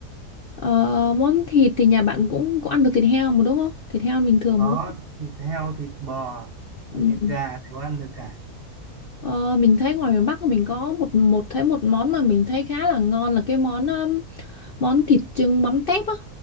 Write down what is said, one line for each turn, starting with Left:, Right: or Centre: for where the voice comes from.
Left: Ờ, món thịt thì nhà bạn cũng có ăn được thịt heo mà đúng không? Thịt heo bình thường
Right: Có
Left: mà đúng không?
Right: thịt heo, thịt bò,
Left: Ừ.
Right: và thịt gà đều ăn được cả.
Left: Ờ, mình thấy ngoài miền Bắc mình có một một thấy một món mà mình thấy khá là ngon là cái món um, món thịt chưng mắm tép á